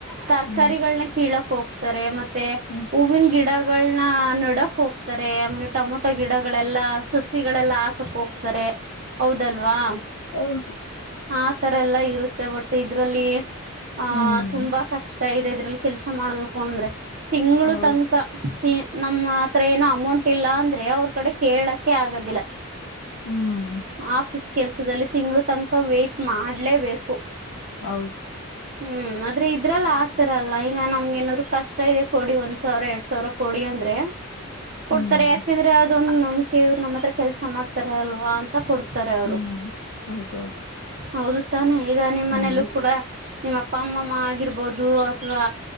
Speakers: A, on the right; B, on the left.
A: ತರಕಾರಿಗಳನ್ನ
B: ಹ್ಮ್
A: ಕೀಳಕ್ ಹೋಗ್ತಾರೆ ಮ ತ್ತೇ
B: ಹ್ಮ್
A: ಉವಿನಗಿಡ ಗಳನ್ನ ನಡಕ್ ಹೋಗ್ತಾರೆ ಆಮೇಲೆ ಟೊಮೊಟೊ ಗಿಡಗಳೆಲ್ಲ ಸ ಗಳೆಲ್ಲ ಹಾಕಕ್ ಹೋಗ್ತಾರೆ ಹೌದಲ್ವಾ
B: ಹೌದು
A: ಆ ತರ ಎಲ್ಲ ಇರುತ್ತೆ ಬಟ್ ಇದ್ರಲ್ಲಿ ಆಹ
B: ಹ್ಮ್
A: ತುಂಬಾ ಕಷ್ಟ ಇದೆ ಕೆಲಸ ಮಾಡಬೇಕು ಅಂದ್ರೆ ತಿಂಗಳು
B: ಹೌದು
A: ತನಕ ನಮ್ಮ ಹತ್ರ ಏನ ಅಮೌಂಟ್ ಇಲ್ಲ ಅಂದ್ರೆ ಅವ್ರ ಕಡೆ ಕೇಳಕ್ಕೆ ಆಗದಿಲ್ಲ
B: ಹ್ಮ್
A: ಆಫೀಸ್ ಕೆಲ್ಸದಲ್ಲಿ ತಿಂಗಳ ತನಕ ವೇ್ಟ ಮಾಡ್ಲೇಬೇಕು
B: ಹೌದು
A: ಹ್ಮ್ ಆದ್ರೆ ಇದ್ರಲ್ಲ ಆಗ್ತರಲ್ಲಾ ಈಗ ನಮ್ಗೆ ಏನಾದ್ರು ಕಷ್ಟ ಇದೆ ಕೊಡಿ ಒಂದ್ ಸಾವಿರ ಎರಡ್ ಸಾವಿರ ಕೊಡಿ ಅಂದ್ರೆ ಕೊಡ್ತಾರೆ
B: ಹ್ಮ್
A: ಯಾಕೆಂದ್ರೆ ಅದೊ್ ನಮ್ವ್ ನಮ್ಮ ಹತ್ರ ಕೆಲಸ ಮಾಡ್ತಾರೆ ಲ್ವಾ ಅಂತ ಕೊಡ್ತಾರೆ ಅವರು
B: ಹ್ಮ್ ಹೌದೌದು
A: ಹೌದು ತಾನೆ ಈಗ ನಿಮ್ಮ್
B: ಹ್ಮ್
A: ಮನಲ್ಲೂ ಕೂಡ ನಿಮ್ಮ ಅಪ್ಪ ಅಮ್ಮಮ್ಮ ಆಗಿರ್ಬೋದು ಅಥವಾ